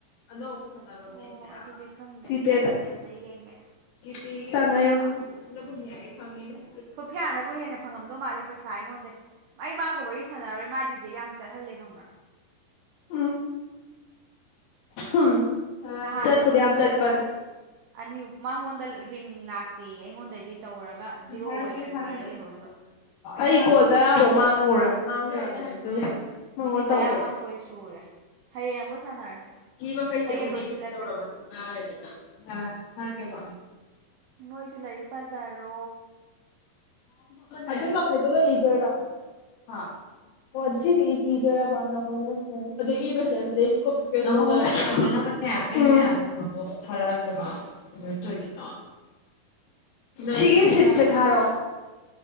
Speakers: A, on the left; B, on the right.
A: ꯑꯅꯧꯕ
B: ꯑꯣ
A: ꯍꯥꯏ
B: ꯑꯗꯨꯗꯤ ꯈꯪꯗꯦ
A: ꯁꯤꯄꯦꯗ
B: ꯑꯗꯨꯗꯤ ꯑꯝꯇ ꯌꯦꯡꯒꯦ
A: ꯆꯉꯣ ꯈ
B: ꯁꯣꯐꯤꯌꯥꯅꯕꯨ ꯍꯦꯟꯅ ꯐꯪꯉꯝꯗꯧ ꯃꯥꯜꯂꯦ ꯄꯩꯁꯥ ꯑꯩꯉꯣꯟꯗ ꯑꯩ ꯃꯥꯒ ꯋꯥꯔꯤ ꯁꯥꯟꯅꯔꯣꯏ ꯃꯥꯗꯤꯖꯦ ꯌꯥꯝ ꯆꯠꯍꯜꯂꯦ ꯈꯕ꯭ꯔꯥ
A: ꯎꯝ ꯎꯝ
B: ꯅꯍꯥꯟꯁꯨ
A: ꯆꯠꯄꯗꯤ
B: ꯑꯅꯤ
A: ꯌꯥꯝ ꯆꯠꯄꯟ
B: ꯑꯅꯤ ꯃꯉꯣꯟꯗ ꯔꯤꯡ ꯂꯥꯛꯇꯦ ꯑꯩꯉꯣꯟꯗꯩꯗꯤ ꯇꯧꯔꯒ ꯖꯤꯔꯣ
A: ꯔꯗꯤꯦꯔꯦ
B: ꯑꯣꯏꯔ
A: ꯍꯔ
B: ꯑꯣꯏꯔꯒ ꯂꯩꯍꯧꯔꯤꯕ
A: ꯑꯩ ꯀꯣ ꯇꯔꯥꯃꯨꯛ ꯃꯥꯡꯉ ꯃꯥꯡꯈ꯭ꯔꯕ ꯑꯗꯨꯒ
B: ꯃꯤꯅꯤꯠ
A: ꯑꯣ
B: ꯇꯔꯥꯃꯥꯊꯣꯏ
A: ꯑꯣ ꯇ
B: ꯁꯨꯔꯦ ꯍꯌꯦꯡ ꯑꯃꯨꯛ ꯁꯥꯟꯅꯔꯁꯤ
A: ꯃꯈꯩꯁꯦ
B: ꯍꯌꯦꯡ
A: ꯑꯩꯈꯣꯏꯗ
B: ꯂꯣꯏꯁꯤꯜꯂꯁꯤ
A: ꯏꯗꯤꯠ ꯇꯧꯔꯒ ꯑꯗꯨꯝ ꯌꯥꯔꯦꯗꯅ ꯊꯔꯀꯦꯕ
B: ꯅꯣꯏꯖꯨ ꯂꯥꯏꯔꯤꯛ ꯕꯖꯥꯔꯣ
A: ꯑꯗꯨ ꯃꯈꯩꯗꯣ ꯂꯩꯗꯣꯏꯔꯣ ꯑ ꯑꯣꯁꯤ ꯏꯖꯔ ꯑꯗꯨꯕꯁꯦ ꯑꯦ ꯑꯩꯩꯅ ꯀꯩꯅꯣꯗꯣ ꯐꯥꯔꯛꯑꯒꯦꯕ ꯇꯣꯏꯅꯣ ꯁꯤꯤꯒꯦꯁꯤꯠꯁꯦ ꯊꯔꯣ